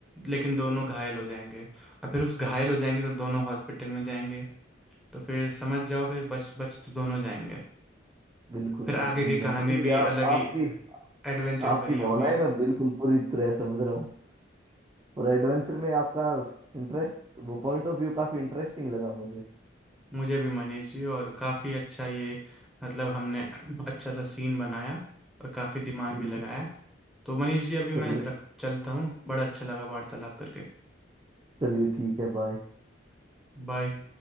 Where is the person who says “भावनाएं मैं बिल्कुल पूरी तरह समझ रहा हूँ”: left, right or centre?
Right